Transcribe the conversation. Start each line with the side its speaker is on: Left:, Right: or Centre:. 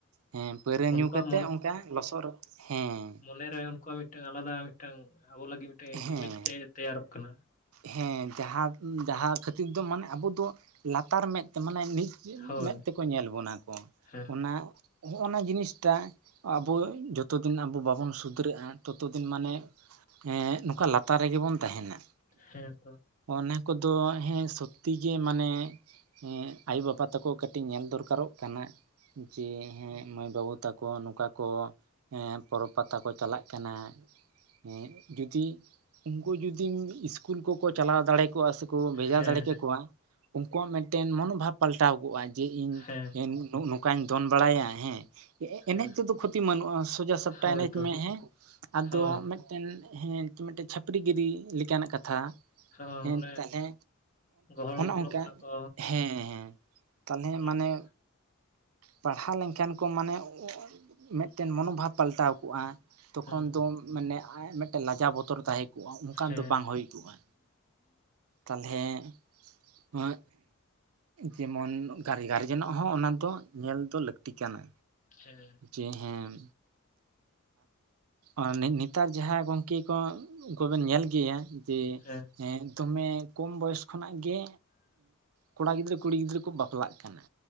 Right: ᱦᱮᱸ ᱯᱟᱹᱣᱨᱟᱹ
Left: ᱩᱱᱠᱩᱣᱟᱜ
Right: ᱧᱩ ᱠᱟᱛᱮᱫ ᱚᱱᱠᱟ ᱞᱚᱥᱚᱫ ᱨᱮ ᱦᱮᱸ
Left: ᱢᱚᱱᱮ ᱨᱮ ᱩᱱᱠᱩᱣᱟᱜ ᱢᱤᱫᱴᱟᱝ ᱟᱞᱟᱫᱟ ᱢᱤᱫᱴᱟᱝ ᱟᱵᱚ ᱞᱟᱹᱜᱤᱫ ᱢᱤᱫᱴᱟᱝ
Right: ᱦᱮᱸ
Left: ᱤᱢᱮᱡᱽ ᱛᱮ ᱛᱮᱭᱟᱨᱚᱜ ᱠᱟᱱᱟ
Right: ᱦᱮᱸ ᱡᱟᱦᱟᱸ ᱡᱟᱦᱟᱸ ᱠᱷᱟᱹᱛᱤᱨ ᱫᱚ ᱢᱟᱱᱮ ᱟᱵᱚ ᱫᱚ ᱞᱟᱛᱟᱨ ᱢᱮᱫ ᱛᱮ ᱢᱟᱱᱮ ᱱᱤᱪ ᱪᱤᱫ
Left: ᱦᱳᱭ
Right: ᱢᱮᱫ ᱛᱮᱠᱚ ᱧᱮᱞ ᱵᱚᱱᱟ ᱠᱚ
Left: ᱦᱮᱸ
Right: ᱚᱱᱟ ᱦᱚᱜᱚ ᱱᱟ ᱡᱤᱱᱤᱥᱴᱟ ᱟᱵᱚ ᱡᱚᱛᱚ ᱫᱤᱱ ᱟᱵᱚ ᱵᱟᱵᱚᱱ ᱥᱩᱫᱷᱨᱟᱹᱜᱼᱟ ᱛᱚᱛᱚ ᱫᱤᱱ ᱢᱟᱱᱮ
Left: ᱦᱮᱸ
Right: ᱮᱜ ᱱᱚᱝᱠᱟ ᱞᱟᱛᱟᱨ ᱨᱮᱜᱮ ᱵᱚᱱ ᱛᱟᱦᱮᱱᱟ
Left: ᱦᱮᱸ ᱛᱚ
Right: ᱚᱱᱟ ᱠᱚᱫᱚ ᱦᱮᱸ ᱥᱚᱛᱛᱤ ᱜᱮ ᱢᱟᱱᱮ ᱮᱜ ᱟᱭᱳᱼᱵᱟᱵᱟ ᱛᱟᱠᱚ ᱠᱟᱹᱴᱤᱡ ᱧᱮᱞ ᱫᱚᱨᱠᱟᱨᱚᱜ ᱠᱟᱱᱟ ᱡᱮ ᱦᱮᱸ ᱢᱟᱹᱭ ᱵᱟᱹᱵᱩ ᱛᱟᱠᱚ ᱱᱚᱝᱠᱟ ᱠᱚ ᱯᱚᱨᱚᱵᱽ ᱯᱟᱛᱟ ᱠᱚ ᱪᱟᱞᱟᱜ ᱠᱟᱱᱟ ᱦᱮᱸ ᱡᱩᱫᱤ ᱩᱱᱠᱩ ᱡᱩᱫᱤᱢ ᱤᱥᱠᱩᱞ ᱠᱚᱠᱚ ᱪᱟᱞᱟᱣ ᱫᱟᱲᱮ ᱠᱚᱜ-ᱟ ᱥᱮᱠᱚ ᱵᱷᱮᱡᱟ
Left: ᱦᱮᱸ
Right: ᱫᱟᱲᱮ ᱠᱮᱠᱚᱣᱟ ᱩᱱᱠᱩᱣᱟᱜ ᱢᱮᱫᱴᱮᱱ ᱢᱚᱱᱳᱵᱷᱟᱵᱽ ᱯᱟᱞᱴᱟᱣ ᱠᱚᱜᱼᱟ ᱡᱮ ᱤᱧ
Left: ᱦᱮᱸ
Right: ᱱᱚᱝᱠᱟᱧ ᱫᱚᱱ ᱵᱟᱲᱟᱭᱟ ᱦᱮᱸ
Left: ᱦᱮᱸ
Right: ᱮᱱᱮᱡ ᱛᱮᱫᱚ ᱠᱷᱚᱛᱤ ᱢᱟᱹᱱᱩᱜᱼᱟ ᱥᱳᱡᱷᱟ ᱥᱟᱯᱴᱟ
Left: ᱦᱳᱭ
Right: ᱮᱱᱮᱡ
Left: ᱛᱚ
Right: ᱢᱮ ᱦᱮᱸ ᱟᱫᱚ
Left: ᱦᱚᱸ
Right: ᱛᱮᱱ ᱦᱮᱸ ᱠᱤ ᱢᱤᱫᱴᱮᱱ ᱪᱷᱟᱹᱯᱲᱤ ᱜᱤᱨᱤ ᱞᱮᱠᱟᱱᱟᱜ ᱠᱟᱛᱷᱟ ᱠᱟᱛᱷᱟ
Left: ᱦᱚᱸ
Right: ᱦᱮᱸ
Left: ᱚᱱᱮ
Right: ᱛᱟᱦᱚᱞᱮ
Left: ᱜᱚᱦᱚᱲ
Right: ᱚᱱᱮ
Left: ᱜᱚᱯᱚᱲᱚᱜ
Right: ᱚᱱᱠᱟ
Left: ᱠᱟᱱᱟ ᱠᱚ
Right: ᱦᱮᱸ ᱦᱮᱸ ᱛᱟᱞᱦᱮ
Left: ᱚᱱᱟ
Right: ᱢᱟᱱᱮ
Left: ᱠᱚᱫᱚ
Right: ᱯᱟᱲᱦᱟᱣ ᱞᱮᱱᱠᱷᱟᱱ ᱠᱚ ᱢᱟᱱᱮ ᱢᱮᱴᱮᱱ ᱢᱚᱱᱳᱵᱷᱟᱵᱽ ᱯᱟᱞᱴᱟᱣ ᱠᱚᱜᱼᱟ ᱛᱚᱠᱷᱚᱱ
Left: ᱦᱮᱸ
Right: ᱫᱚ ᱢᱟᱱᱮ ᱟᱭᱟᱜ ᱢᱮᱫᱴᱮᱱ ᱞᱟᱡᱟᱣ ᱵᱚᱛᱚᱨ ᱛᱟᱦᱮᱸ ᱠᱚᱜᱼᱟ ᱚᱱᱠᱟᱱ
Left: ᱦᱮᱸ
Right: ᱫᱚ ᱵᱟᱝ
Left: ᱦᱮᱸ
Right: ᱦᱳᱭ ᱠᱚᱜᱼᱟ ᱛᱟᱞᱦᱮ ᱱᱚᱣᱟ ᱡᱮᱢᱚᱱ ᱜᱟᱨ ᱜᱟᱨᱡᱮᱱᱚᱱᱟᱜ ᱦᱚᱸ ᱚᱱᱟ ᱫᱚ ᱧᱮᱞ ᱫᱚ ᱞᱟᱹᱠᱛᱤ ᱠᱟᱱᱟ
Left: ᱦᱮᱸ
Right: ᱡᱮ ᱦᱮᱸ ᱟᱨ ᱱᱤ ᱱᱤᱛᱟᱨ ᱡᱟᱦᱟᱸ ᱜᱚᱝᱠᱮ ᱠᱚ ᱠᱚᱵᱮᱱ ᱧᱮᱞ ᱜᱮᱭᱟ ᱡᱮ
Left: ᱦᱮᱸ
Right: ᱮ ᱫᱚᱢᱮ ᱠᱚᱢ ᱵᱚᱭᱚᱥ ᱠᱷᱚᱱᱟᱜ ᱜᱮ ᱠᱚᱲᱟ ᱜᱤᱫᱽᱨᱟᱹ ᱠᱩᱲᱤ ᱜᱤᱫᱽᱨᱟᱹ ᱠᱚ ᱵᱟᱯᱞᱟᱜ ᱠᱟᱱᱟ